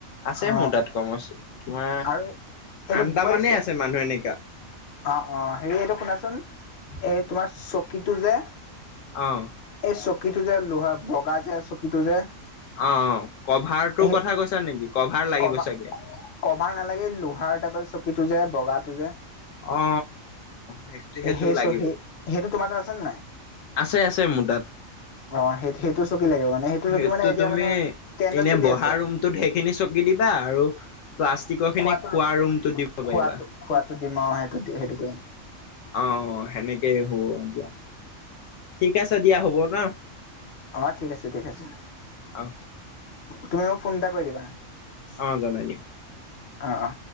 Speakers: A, on the left (about 70°); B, on the left (about 50°).
A: আছে
B: অ
A: মোৰ তাত কম আছে তোমাৰ
B: আৰু এইটো
A: আন্দামানে আছে মানুহ এনেকা।
B: অ অ হেৰি এইটো শুনাচোন এই তোমাৰ চকীটো যে
A: অহঁ।
B: এই চকীটো যে লোহাৰ বগা যে চকীটো যে।
A: অ কভাৰটোৰ
B: সেই
A: কথা কৈছা নেকি? লাগিব
B: কভাৰ
A: চাগে
B: কভাৰ নালাগে লোহাৰ টাইপৰ চকীটো যে বগাটো যে।
A: অ শেষ সেইটো
B: সেই
A: লাগিব।
B: চহী সেইটো তোমাৰ তাত আছে নে নাই
A: আছে আছে মোৰ তাত।
B: অ সেই সেইটো চকী লাগিব মানে
A: সেইটো
B: চকী মানে এতিয়া
A: তুমি
B: মানে ট্ৰেণ্ডত
A: এনে
B: চলি
A: বহা
B: আছে
A: ৰুমটোত সেইখিনি চকী দিবা আৰু প্লাষ্টিকৰ খিনি
B: খোৱাটো
A: খোৱা ৰুমটো দিব পাৰিবা
B: খোৱা খোৱা দিম আৰু সেইটো সেইটো কৰিম।
A: অ অ সেনেকেই হ'ব দিয়া ঠিক আছে দিয়া হ'ব ন।
B: অঁ ঠিক আছে ঠিক আছে
A: অ
B: তুমি মোক ফোন এটা কৰি দিবা হা
A: অ জনাই দিম।
B: অ অ।